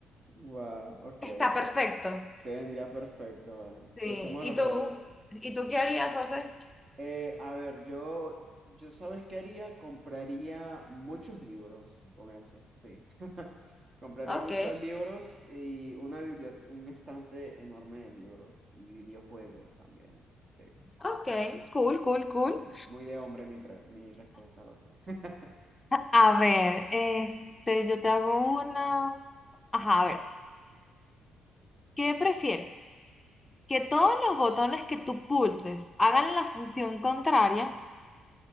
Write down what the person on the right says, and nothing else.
Wow, ok,
te,
te vendría perfecto. Bueno,
crucemos
los
dedos.
Eh, a ver, yo, yo ¿sabes qué haría? Compraría muchos libros con eso, sí. <laughs> Compraría
muchos libros y una biblioteca, un estante enorme de libros y videojuegos también. Sí,
muy, muy de hombre mi, pre- mi respuesta, lo sé. <laughs>